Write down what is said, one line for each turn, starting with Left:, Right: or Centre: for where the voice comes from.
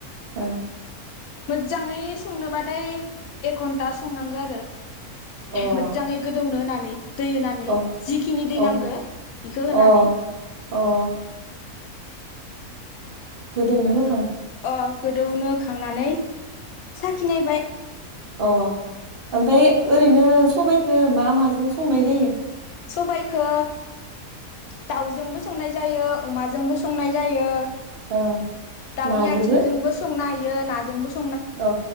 Right: ओं
Left: मोजाङै संनोबा थाय एक घन्टा संनांगौ आरो
Right: अ
Left: मोजाङै गोदौनो होननानै दै होनानै
Right: अ
Left: जिखिनि दै
Right: अ
Left: नांगो इखो होनानै
Right: अ अ गोदौनो हो
Left: अ गोदौनो खांनानै साखिनायबाय
Right: अ ओमफ्राय ओरैनो सबायाइखौ मा माजों संनाय जायो
Left: सबायखो दाउजोंबो संनाय जायो अमाजोंबो संनाय जायो
Right: औ
Left: दाउनि
Right: नाजोबो
Left: आयथिंजोंबो संनो हायो नाजोंबो स
Right: औ